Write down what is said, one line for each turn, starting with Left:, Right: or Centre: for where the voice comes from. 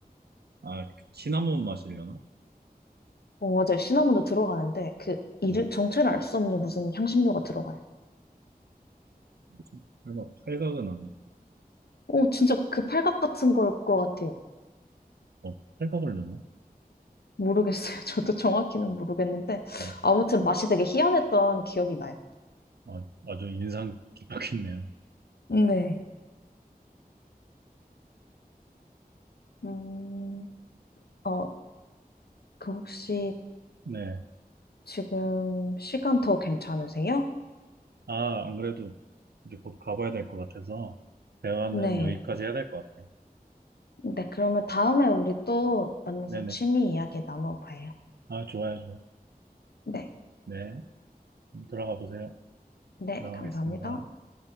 Right: 아, 시나몬 맛이려나?
Left: 어 맞아요. 시나몬도 들어가는데 그 이름
Right: 네.
Left: 정체를 알 수 없는 무슨 향신료가 들어가요.
Right: 뭐지? 설마 팔각은 아니
Left: 오 진짜 그 팔각 같은 걸 것 같아요.
Right: 뭐 탈각을 넣나?
Left: 모르겠어요. <laughs> 저도 정확히는 모르겠는데
Right: 뭐
Left: 아무튼 맛이 되게 희한했던 기억이 나요.
Right: 아, 아주 인상 깊었겠네요.
Left: 네. 음, 어, 그 혹시
Right: 네.
Left: 지금 시간 더 괜찮으세요?
Right: 아, 안 그래도 이제 곧 가봐야 될 것 같아서 대화는
Left: 네.
Right: 여기까지 해야 될 것 같아요.
Left: 네, 그러면 다음에 우리 또 만나서
Right: 네네.
Left: 취미 이야기 나눠봐요.
Right: 아, 좋아요, 좋아요.
Left: 네.
Right: 네. 들어가 보세요.
Left: 네,
Right: 들어가겠습니다.
Left: 감사합니다.